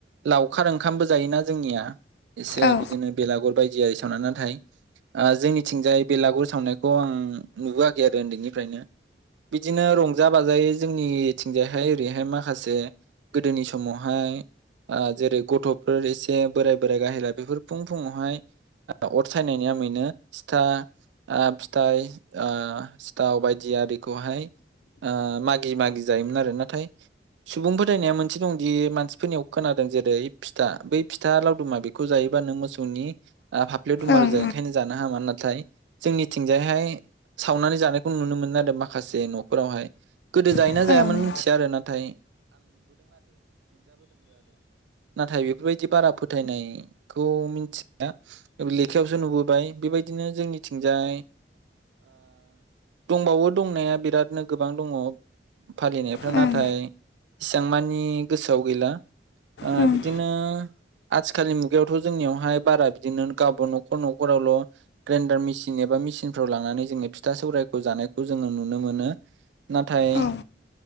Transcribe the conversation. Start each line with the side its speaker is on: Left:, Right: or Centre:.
Right: लाउ ओंखामबो जायोना जोंनिया एसे
Left: औ ओं औ
Right: बिदिनो बेलागर बायदि आरि सावना नाथाय आ जोंनिथिंजाय बेलागुर सावनायखौ आं नुबोआखै आरो उन्दैनिफ्रायनो। बिदिनो रंजा बाजायै जोंनिथिंजायहाय ओरैहाय माखासे गोदोनि समावहाय आ जेरै गथ' फोर एसे बोराय बोराइ गाहायला बेफोर फुं फुुङावहाय अर सायनायनि आमैनो सिथा आ फिथाइ ओ सिथाव बायदि आरिखौहाय आ मागि मागि जायोमोन आरो नाथाय सुबुं फोथायनाया मोनसे दं दि मानसिफोरनियाव खोनादों जेरै फिथा बै फिथा लावदुमा बेखौ जायोबानो मोसौनि आ फाफ्लियाव दुमाल
Left: ओं
Right: जायो ओंखायनो जा <unintelligible> हामा नाथाय जोंनिथिंजायहाय सावनानै जानायखौ नुनो मोनो आरो माखासे न'फोरावहाय गोदो जायो
Left: ओं
Right: ना जायामोन
Left: औ
Right: मिथिया आरो नाथाय नाथाय बेफोरबायदि बारा फोथायनायखौ मिथिया लेखायावसो नुबोबाय बेबायदिनो जोंनिथिंजाय दंबावो दंनाया बिरादनो गोबां दङ फालिनाय
Left: ओं
Right: नाथाय इसां मानि गोसोआव गैला ओ
Left: ओं
Right: <unintelligible> आथिखालनि मुगायावथ' जोंनियावहाय बारा बिदिनो गावबा न'खर न'खरावल' ग्रेन्डार मिसिन एबा मेसिनफ्राव लांनानै जोङो फिथा सौरायखौ जानायखौ जोङो नुनो मोनो। नाथाय
Left: औ